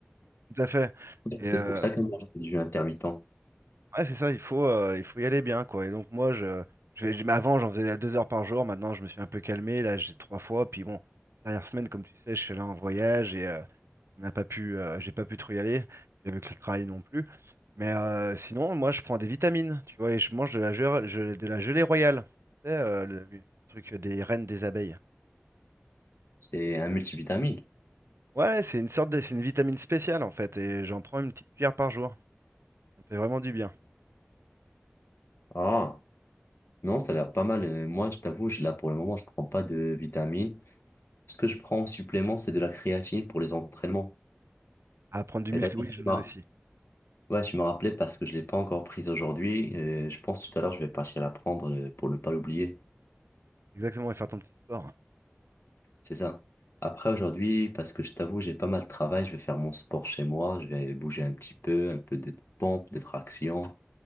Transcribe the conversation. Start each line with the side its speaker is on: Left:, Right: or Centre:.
Right: tout à fait. Et
Left: C'est
Right: euh,
Left: pour ça que moi, je fais du jeûne intermittent.
Right: Ouais, c'est ça, il faut, euh, il faut y aller bien, quoi. Et donc moi, je, je vais, je- mais avant, j'en faisais deux heures par jour. Maintenant, je me suis un peu calmé. Là, j'ai trois fois. Puis bon, dernière semaine, comme tu sais, je suis allé en voyage et euh, on n'a pas pu, euh, j'ai pas pu trop y aller. Puis avec le travail non plus. Mais euh, sinon, moi, je prends des vitamines, tu vois, et je mange de la, gel- gel- de la gelée royale. Tu sais, euh, le, le truc des reines des abeilles.
Left: C'est un multivitamine.
Right: Ouais, c'est une sorte de, c'est une vitamine spéciale en fait, et j'en prends une petite cuillère par jour. Ça me fait vraiment du bien.
Left: Ah, non, ça a l'air pas mal. Euh, Moi, je t'avoue, je- là, pour le moment, je prends pas de vitamines. Ce que je prends en supplément, c'est de la créatine pour les entraînements.
Right: À prendre du
Left: Et
Right: muscle,
Left: d'ailleurs,
Right: oui,
Left: tu
Right: j'en
Left: m'as
Right: ai aussi.
Left: ouais, tu m'as rappelé parce que je ne l'ai pas encore prise aujourd'hui. Euh, Je pense tout à l'heure, je vais partir la prendre euh, pour ne pas l'oublier.
Right: Exactement, et faire ton petit sport.
Left: C'est ça. Après, aujourd'hui, parce que je t'avoue, j'ai pas mal de travail, je vais faire mon sport chez moi, je vais bouger un petit peu, un peu de pompes, des tractions.